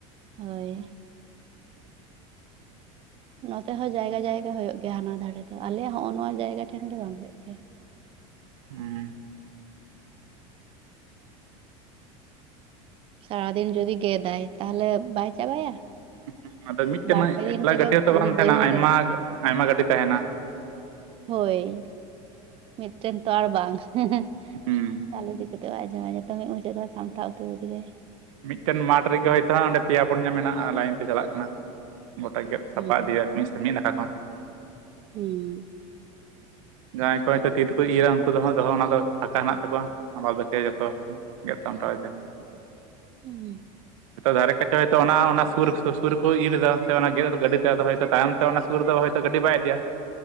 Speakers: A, on the right; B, on the right.
A: ᱦᱳᱭ᱾ ᱱᱚᱛᱮ ᱦᱚᱸ ᱡᱟᱭᱜᱟ ᱡᱟᱭᱜᱟ ᱦᱳᱭᱳᱜ ᱜᱮᱭᱟ ᱦᱟᱱᱟ ᱫᱷᱟᱨᱮ ᱫᱚ ᱟᱞᱮᱭᱟᱜ ᱱᱚᱜᱼᱚ ᱱᱚᱣᱟ ᱡᱟᱭᱜᱟ ᱴᱷᱮᱱ ᱜᱮ ᱵᱟᱝ ᱦᱳᱭᱳᱜ ᱜᱮᱭᱟ᱾
B: ᱦᱩᱸ᱾
A: ᱥᱟᱨᱟ ᱫᱤᱱ ᱡᱩᱫᱤ ᱜᱮᱫᱟᱭ ᱛᱟᱦᱚᱞᱮ ᱵᱟᱭ ᱪᱟᱵᱟᱭᱟ᱾
B: ᱦᱳᱸᱜ ᱳᱸ ᱟᱫᱚ ᱢᱤᱫᱴᱮᱱ
A: ᱵᱟᱨᱯᱮ
B: ᱢᱟ
A: ᱫᱤᱱ
B: ᱮᱠᱞᱟ
A: ᱛᱮᱜᱮ
B: ᱜᱟᱹᱰᱤ ᱦᱚᱸᱛᱚ
A: ᱯᱩᱨᱟᱹ
B: ᱵᱟᱝ ᱛᱟᱦᱮᱱᱟ
A: ᱵᱟᱹᱭᱦᱟᱹᱲ
B: ᱟᱭᱢᱟ
A: ᱨᱮᱱᱟᱜ
B: ᱟᱭᱢᱟ ᱜᱟᱹᱰᱤ ᱛᱟᱦᱮᱱᱟ᱾
A: ᱦᱳᱭ ᱢᱤᱫᱴᱮᱱ ᱛᱚ ᱟᱨ ᱵᱟᱝ ᱦᱮᱸ ᱦᱮᱸ᱾
B: ᱦᱩᱸ᱾
A: ᱛᱟᱦᱚᱞᱮᱤᱫᱤᱮᱫ ᱵᱟᱭ ᱟᱡᱸᱚᱢᱟ ᱡᱚᱛᱚᱢᱮ ᱩᱱᱤᱡᱮᱫ ᱠᱚ ᱥᱟᱴᱟᱣᱛᱟᱹᱨ ᱠᱮᱫᱮᱟᱭ <unintelligible>
B: ᱢᱤᱫᱴᱮᱱ ᱢᱟᱴᱷ ᱨᱮᱜᱮ ᱦᱳᱭᱛᱳ ᱚᱸᱰᱮ ᱯᱮᱭᱟ ᱯᱩᱱᱭᱟᱹ ᱢᱮᱱᱟᱜᱼᱟ ᱞᱟᱭᱤᱱ ᱛᱮ ᱪᱟᱞᱟᱜ ᱠᱟᱱᱟ᱾ ᱜᱚᱴᱟ ᱜᱮᱫ ᱥᱟᱯᱟ
A: ᱦᱩᱸ
B: ᱤᱫᱤᱭᱟ ᱢᱤᱥ ᱢᱤᱫ ᱱᱟᱠᱷᱟ ᱠᱷᱚᱱ᱾
A: ᱦᱩᱸ᱾
B: ᱡᱟᱦᱟᱸᱭ ᱠᱚᱭ ᱠᱚ ᱛᱤ ᱛᱮᱠᱚ ᱤᱨᱟ ᱩᱱᱠᱩ ᱫᱚ ᱫᱚᱦᱚ ᱚᱱᱟ ᱫᱚ ᱯᱷᱟᱸᱠᱟ ᱦᱮᱱᱟᱜ ᱛᱟᱠᱚᱣᱟ ᱟ ᱫᱚᱠᱮ ᱡᱚᱛᱚ <unintelligible> <inaudible> ᱜᱮᱫ ᱥᱟᱢᱴᱟᱣᱚ
A: ᱦᱩᱸ
B: ᱫᱟᱨᱮ ᱠᱟᱪ ᱛᱚ ᱚᱱᱟ ᱚᱱᱟ ᱥᱩᱨ ᱥᱩᱨ ᱠᱚ ᱤᱨᱮᱫᱟ ᱥᱮ ᱚᱱᱟ ᱜᱮᱫ ᱜᱟᱹᱰᱤᱮᱫᱟ ᱟᱫᱚ ᱛᱟᱭᱚᱢ ᱛᱮ ᱚᱱᱟ ᱥᱩᱨ ᱨᱮᱫᱚ ᱦᱚᱭᱛ ᱜᱟᱹᱰᱤ ᱵᱟᱭ ᱤᱫᱤᱭᱟ <unintelligible>